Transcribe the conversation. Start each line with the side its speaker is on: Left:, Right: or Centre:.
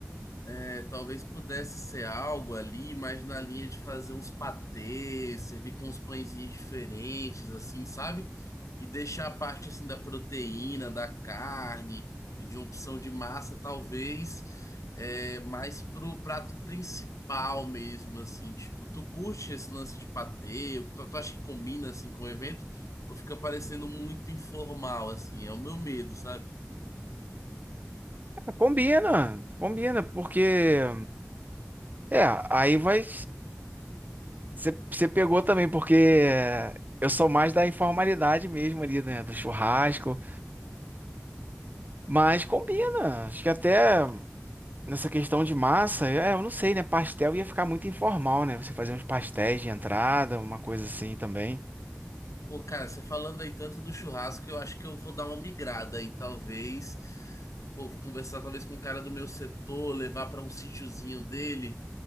Left: É, talvez pudesse ser algo ali, mas na linha de fazer uns patês, servir com uns pãezinhos diferentes, assim, sabe? E deixar a parte assim da proteína, da carne e de uma opção de massa, talvez, é, mais pro prato principal mesmo, assim. Tipo, tu curte esse lance de patê? Tu, tu acha que combina assim com o evento? Ou fica parecendo muito informal, assim? É o meu medo, sabe?
Right: Combina, combina, porque. É, aí vai. Você você pegou também, porque é, eu sou mais da informalidade mesmo ali, né? Do churrasco. Mas combina. Acho que até nessa questão de massa, é, eu não sei, né? Pastel ia ficar muito informal, né? Você fazer uns pastéis de entrada, uma coisa assim também.
Left: Pô, cara, você falando aí tanto do churrasco, eu acho que eu vou dar uma migrada aí, talvez. Pô, vou conversar talvez com um cara do meu setor, levar pra um sítiozinho dele